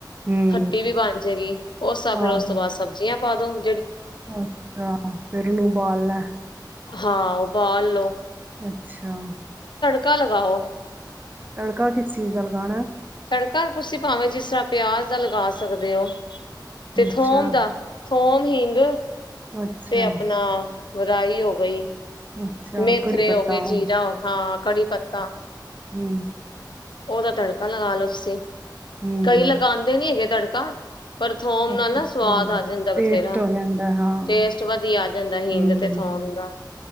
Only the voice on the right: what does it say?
ਹੂੰ
ਆਹੋ
ਅੱਛਾ, ਫੇਰ ਉਨੂੰ ਉਬਾਲਣਾ।
ਅੱਛਾ।
ਤੜਕਾ, ਕਿਸ ਚੀਜ਼ ਦਾ ਲਗਾਣੈ?
ਅੱਛਾ
ਅੱਛਾ
ਅੱਛਾ
ਕੜੀ ਪੱਤਾ
ਹੂੰ
ਹੂੰ
ਹੂੰ।
ਅੱਛਾ,
ਅੱਛਾ।
ਟੇਸਟ ਹੋ ਜਾਂਦਾ ਹਾਂ,
ਹੂੰ,